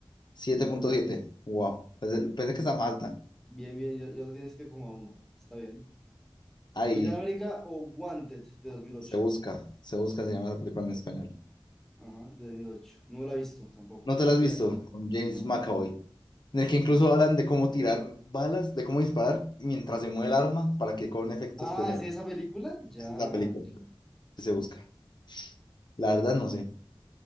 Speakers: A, on the left; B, in the centre.
A: Siete punto siete. wow. Pensé, pensé que estaba más alta.
B: Bien, bien, yo, yo tiene siete coma uno está bien.
A: Ahí,
B: Capitán América o Wanted de dos mil ocho
A: se busca, se busca, se llama esa película en español.
B: Ajá, de dos mil ocho No la he visto tampoco.
A: ¿No te la
B: Yo
A: has visto?
B: diría,
A: Con James
B: no.
A: McAvoy. En el que incluso hablan de cómo tirar balas, de cómo disparar mientras se mueve el arma para que con un efecto
B: Ah,
A: especial.
B: ¿es esa película? Ya,
A: Esa es la película
B: ok.
A: que se busca. La verdad no sé.